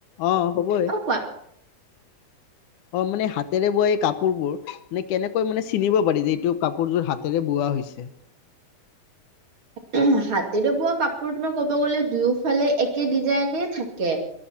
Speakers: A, on the left; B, on the right.
A: অ' হ'বই।
B: অ কোৱা
A: অ', মানে হাতেৰে বোৱা এই কাপোৰবোৰ মানে কেনেকৈ মানে চিনিব পাৰি যে এইটো কাপোৰযোৰ হাতেৰে বোৱা হৈছে?
B: উম হাতেৰে বোৱা কাপোৰ তোমাৰ ক'ব গ'লে দুয়োফালে একে ডিজাইনে থাকে।